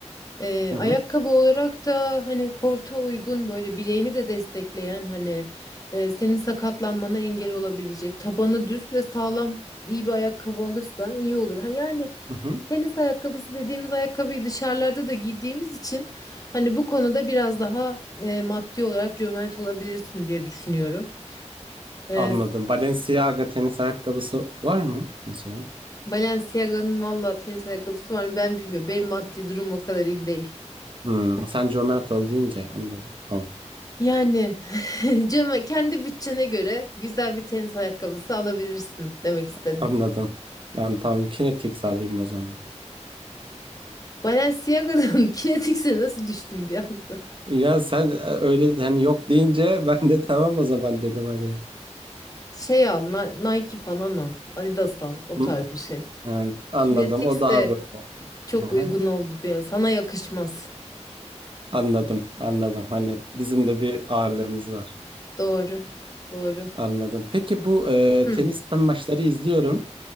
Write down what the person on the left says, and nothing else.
Ee,
ayakkabı
olarak da hani korta uygun böyle bileğini de destekleyen hani e, senin sakatlanmana engel olabilecek tabanı düz ve sağlam iyi bir ayakkabı alırsan iyi olur. Ha, yani
Tenis ayakkabısı dediğimiz ayakkabıyı dışarılarda da giydiğimiz için hani bu konuda biraz daha e, maddi olarak cömert olabilirsin diye düşünüyorum. E,
Balenciaga'nın valla tenis ayakkabısı var mı ben bilmiyorum. Benim maddi durum o kadar iyi değil.
Yani <laughs> cömert, kendi bütçene göre güzel bir tenis ayakkabısı alabilirsin demek istedim.
Balenciaga'dan <laughs> Kinetics'e nasıl düştüm bir anda?
Şey al, Ni- Nike falan al, Adidas al, o
tarz bir şey.
Kinetix
Çok
uygun oldu bir an. Sana yakışmaz.
Doğru. Doğru.
Hı.